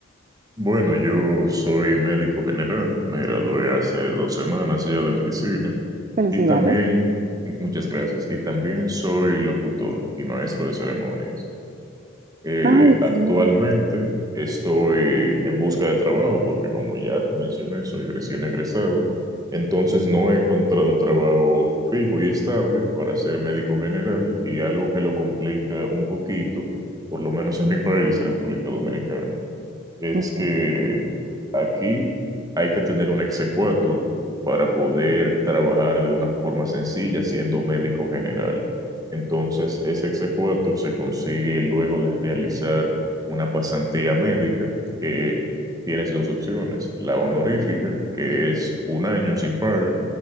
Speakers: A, on the right; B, on the right.
A: Bueno, yo soy médico general, me gradué hace dos semanas ya de medicina
B: Felicidades.
A: y también, muchas gracias, y también soy locutor y maestro de ceremonias. Eh,
B: Ay, excelente.
A: actualmente estoy en busca de trabajo porque como ya te mencioné, soy recién egresado, entonces no he encontrado un trabajo fijo y estable para ser médico general y algo que lo complica un poquito, por lo menos en mi país, República Dominicana, es
B: Ujú,
A: que Aquí hay que tener un exequatur para poder trabajar de una forma sencilla siendo médico general. Entonces, ese exequatur se consigue luego de realizar una pasantía médica que tienes dos opciones, la honorífica, que es un año sin paga,